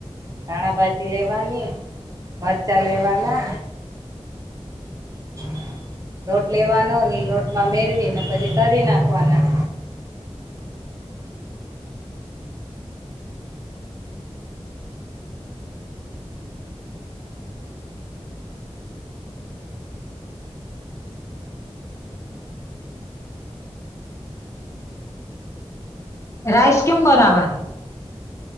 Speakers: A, on the right; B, on the left.
A: ધાણા ભજ જી લેવાની મરચાં લેવાના <unintelligible> નોટ લેવાનો ની નોટમાં મેળવી ને પછી કરી નાખવાના
B: રાઈસ કેમ બનાવાની?